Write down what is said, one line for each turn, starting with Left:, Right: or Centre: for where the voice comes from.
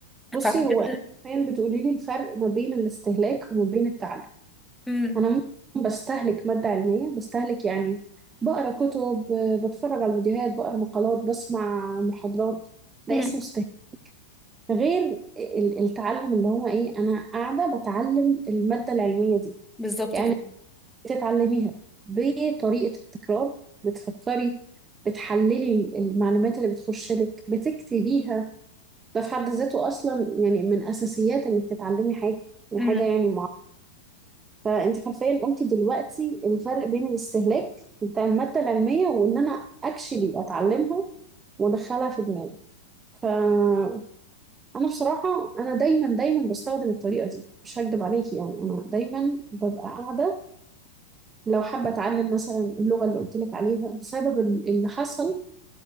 Right: بصي
Centre: فعشان كده
Right: هو انت حرفيا بتقولي لي الفرق ما بين الاستهلاك وما بين التعلم
Centre: <laughs> امم
Right: انا ممكن بستهلك ماده علميه بستهلك يعني بقرا كتب ب- بتفرج على فيديوهات بقرا مقالات بسمع محاضرات ده
Centre: مم.
Right: اسمه استهلاك غير ال- التعلم اللي هو ايه انا قاعده بتعلم الماده العلميه دي
Centre: بالظبط
Right: يعني
Centre: كده
Right: بتتعلميها بطريقه التكرار بتفكري بتحللي المعلومات اللي بتخش لك بتكتبيها ده في حد ذاته اصلا يعني من اساسيات انك تتعلمي حاجه يعني
Centre: امم
Right: حاجه يعني معينه فانت حرفيا قلتي دلوقتي الفرق بين الاستهلاك بتاع الماده العلميه وان انا اكشلي اتعلمها وادخلها في دماغي فانا بصراحه انا دايما دايما بستخدم الطريقه دي مش هكدب عليكي يعني انا دايما ببقى قاعده لو حابه اتعلم مثلا اللغه اللي قلت لك عليها بسبب ال- اللي حصل